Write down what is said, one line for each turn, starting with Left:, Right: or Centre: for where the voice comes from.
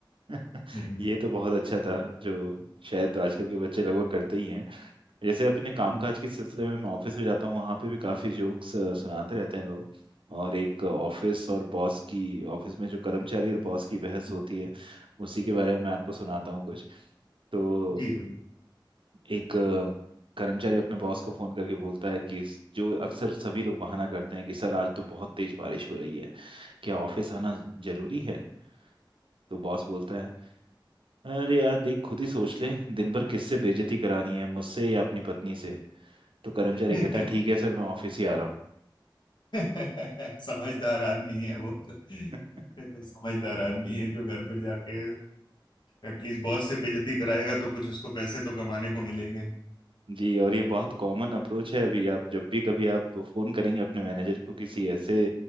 Right: <laughs>
Left: हम्म
Right: ये तो बहुत अच्छा था जो शायद आजकल के बच्चे लगभग करते ही हैं जैसे अपने कामकाज
Left: हम्म,
Right: के सिलसिले में मैं ऑफिस में जाता हूँ वहाँ पे भी काफी जोक्स सुनाते रहते हैं लोग और एक ऑफिस और बॉस की ऑफिस में जो कर्मचारी और बॉस की बहस होती है उसी के बारे में मैं आपको सुनाता हूँ कुछ तो
Left: जी
Right: एक अ, कर्मचारी अपने बॉस को फोन करके बोलता है कि इस- जो अक्सर सभी लोग बहाना करते हैं कि सर आज तो बहुत तेज बारिश हो रही है क्या ऑफिस आना जरूरी है तो बॉस बोलता है अरे यार देख खुद ही सोच ले दिन भर किससे बेइज्जती करानी है मुझसे या अपनी पत्नी से तो कर्मचारी
Left: बिल्कुल।
Right: कहता है ठीक है सर मैं ऑफिस ही आ रहा हूँ
Left: <laughs> समझदार आदमी है वो
Right: <laughs>
Left: समझदार आदमी है जो घर पे जाके एटलीस्ट बॉस से बेइज्जती कराएगा तो कुछ उसको पैसे तो कमाने को मिलेंगे
Right: जी और ये बहुत कॉमन अप्रोच है अभी आप जब भी कभी आप फोन करेंगे अपने मैनेजर को किसी ऐसे